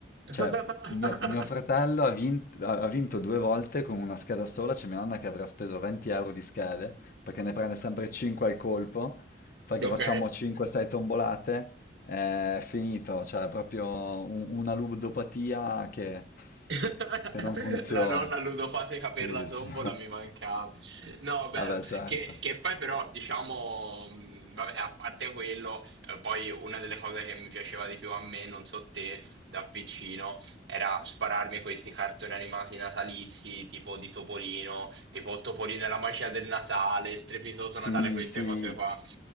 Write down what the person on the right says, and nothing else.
<laughs>
Ok.
<laughs>
La nonna ludopatica per
la tombola
mi mancava. No,
bello.
Che, che poi però, diciamo, mh, vabbè, a parte quello, eh, poi una delle cose che mi piaceva di più a me, non so te, da piccino, era spararmi questi cartoni animati natalizi, tipo di Topolino, tipo Topolino e la magia del Natale, Strepitoso
Natale, queste
cose qua.